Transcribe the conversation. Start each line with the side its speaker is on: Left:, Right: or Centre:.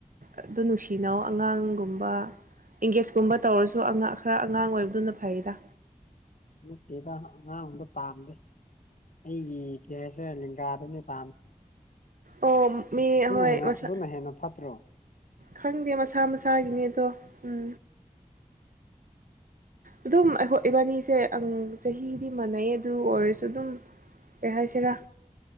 Right: ꯑꯗꯨ ꯅꯨꯡꯁꯤꯅꯧ ꯑꯉꯥꯡꯒꯨꯝꯕ ꯑꯦꯡꯒꯦꯖꯀꯨꯝꯕ ꯇꯧꯔꯁꯨ ꯑꯉꯥꯡ ꯈꯔ ꯑꯉꯥꯡ ꯑꯣꯏꯕꯗꯨꯅ ꯐꯩꯗ
Left: ꯅꯠꯇꯦꯗ ꯑꯉꯥꯡꯗ ꯄꯥꯝꯗꯦ ꯑꯩꯒꯤ ꯀꯦꯔꯤꯁꯔ ꯂꯦꯡꯒꯥꯗꯅꯦ ꯄꯥꯝꯗ
Right: ꯑꯣ ꯃꯤ ꯍꯣꯏ
Left: ꯍꯦꯟꯅ
Right: ꯃꯁꯥ
Left: ꯑꯗꯨꯅ ꯍꯦꯟꯅ ꯐꯠꯇ꯭ꯔꯣ
Right: ꯈꯪꯗꯦ ꯃꯁꯥ ꯃꯁꯥꯒꯤꯅꯦ ꯑꯗꯣ ꯎꯝ ꯑꯗꯨꯝ ꯑꯩꯈꯣꯏ ꯏꯕꯥꯟꯅꯤꯁꯦ ꯆꯍꯤꯗꯤ ꯃꯥꯟꯅꯩ ꯑꯗꯨ ꯑꯣꯏꯔꯁꯨ ꯑꯗꯨꯝ ꯀꯩ ꯍꯥꯏꯁꯤꯔ